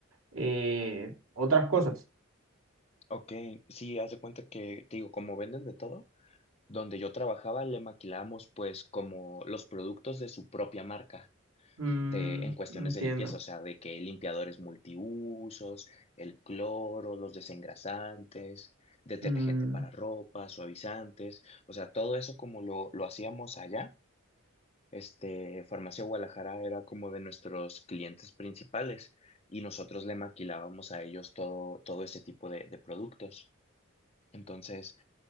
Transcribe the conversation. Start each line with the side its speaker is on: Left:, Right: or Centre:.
Right: eh, otras cosas.
Left: ok, sí, haz de cuenta que, te digo, como venden de todo. Donde yo trabajaba le maquilábamos pues como los productos de su propia marca
Right: Mm,
Left: de, en cuestiones
Right: entiendo.
Left: de limpieza, o sea, de que limpiadores multiusos, el cloro, los desengrasantes, detergente
Right: Mm,
Left: para ropa, suavizantes, o sea, todo eso como lo, lo hacíamos allá. Este, Farmacia Guadalajara era como de nuestros clientes principales y nosotros le maquilábamos a ellos todo, todo ese tipo de, de productos. Entonces,